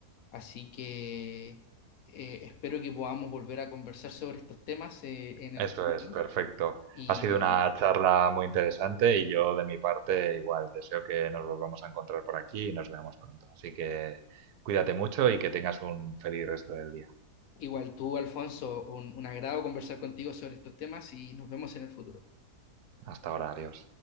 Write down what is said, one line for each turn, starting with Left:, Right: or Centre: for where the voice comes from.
Left: Así que eh, espero que podamos volver a conversar sobre estos temas eh, en el
Right: Eso
Left: futuro.
Right: es, perfecto.
Left: Y
Right: Ha sido una charla muy interesante y yo de mi parte igual deseo que nos volvamos a encontrar por aquí y nos veamos pronto. Así que cuídate mucho y que tengas un feliz resto del día.
Left: igual tú, Alfonso, un un agrado conversar contigo sobre estos temas y nos vemos en el futuro.
Right: Hasta ahora, adiós.